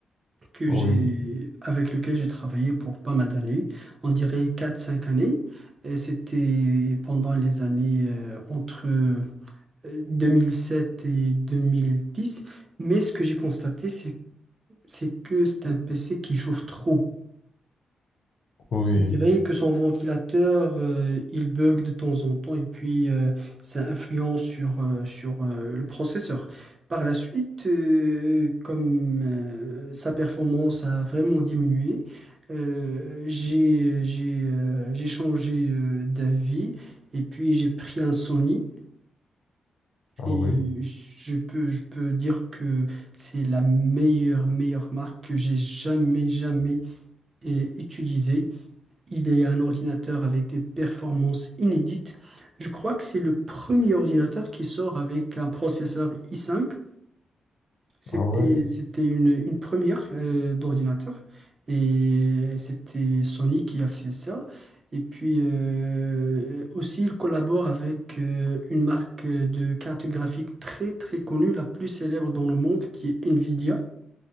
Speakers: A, on the right (about 35°); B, on the left (about 70°).
A: que
B: Oui,
A: j'ai, avec lequel j'ai travaillé pour pas mal d'années, on dirait quatre cinq années. Et C'était pendant les années euh, entre euh, 2007 et 2010. Mais ce que j'ai constaté, c'est c'est que c'est un PC qui chauffe trop.
B: oui,
A: Je dirais que son ventilateur, euh, il bug de temps en temps et puis euh, ça influence sur, euh, sur euh, le processeur. Par la suite, euh, comme euh, sa performance a vraiment diminué, euh, j'ai, j'ai, euh, j'ai changé euh, d'avis et puis j'ai pris un Sony.
B: ah
A: Et
B: oui,
A: je peux, je peux dire que c'est la meilleure, meilleure marque que j'ai jamais, jamais euh, utilisée. Il est un ordinateur avec des performances inédites. Je crois que c'est le premier ordinateur qui sort avec un processeur i5. C'était,
B: ah ouais,
A: c'était une, une première euh, d'ordinateur. Et c'était Sony qui a fait ça. Et puis euh, aussi, il collabore avec euh, une marque de cartes graphiques très très connue, la plus célèbre dans le monde, qui est Nvidia.